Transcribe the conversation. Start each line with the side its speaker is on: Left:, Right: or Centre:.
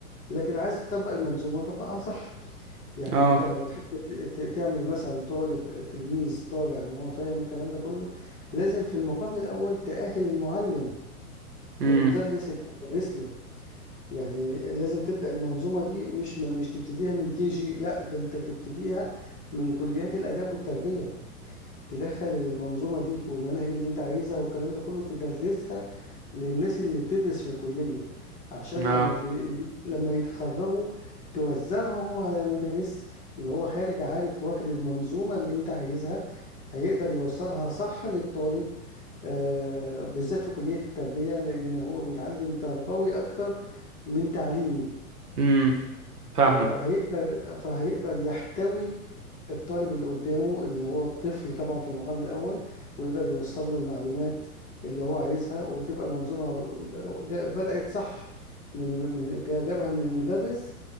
Left: لكن عايز تطبق المنظومه طبقها صح يعني
Right: اه
Left: انت لما تحب ت- ت- تعمل مثلا طالب تلميذ طالع ان هو فاهم الكلام ده كله لازم في المقام الاول تأهل المعلم
Right: امم
Left: المدرس اللي هيدرس له يعني لازم تبدأ المنظومه دي مش م- مش تبتديها من كي جي لا ده انت تبتديها من كليات الاداب والتربيه تدخل المنظومة دي والمناهج اللي انت عايزها والكلام ده كله تدرسها للناس اللي بتدرس في الكلية عشان
Right: اه
Left: لما بي... لما يتخرجوا توزعهم على المدارس يبقى هو خارج عارف واخد المنظومة اللي انت عايزها هيقدر يوصلها صح للطالب آه بالذات في كلية التربية لأن هو بيتعلم تربوي أكتر من تعليمي
Right: امم فاهمك
Left: فهيقدر فهيقدر يحتوي الطالب اللي قدامه اللي هو الطفل طبعا في المقام الأول ويقدر يوصل له المعلومات اللي هو عايزها وتبقى المنظومة جا- بدأت صح من من جا- جابها من المدرس